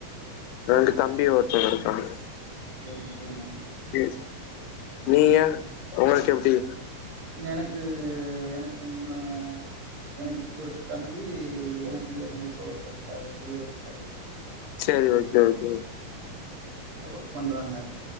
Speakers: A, on the left; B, on the right.
A: ரெண்டு தம்பி ஒருத்தங்க இருக்காங்க
B: சேரிங்க சேரிங்க
A: நீ நீங்க உங்களுக் எப்டி
B: எனக்கு எனக்கு முன்னவ எனக்கு ஒரு தம்பி எனக்கு நேர் மூத்த ஒருத்தர் ருக்காரு பெரியவர் ருக்காரு
A: செரி ஓகே ஓகே
B: எல்லா ஒர்க் பண்றாங்க